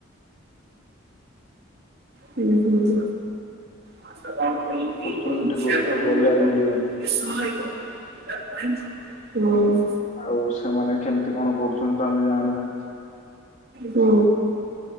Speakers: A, on the right (about 50°); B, on the left (about 35°).
A: ହୁଁ- ହୁଁ- ହୁ <unintelligible>
B: ଅପରଚୁନିଟି ଗୋଟେ ଥର ଗଲେ ଆଉ ମିଳିବନି
A: <unintelligible> ହୁଁ।
B: ଆଉ ସେମାନେ କେମିତି କଣ କରୁଛନ୍ତି ତ ଆମେ ଜାଣିନେ।
A: ହୁଁ।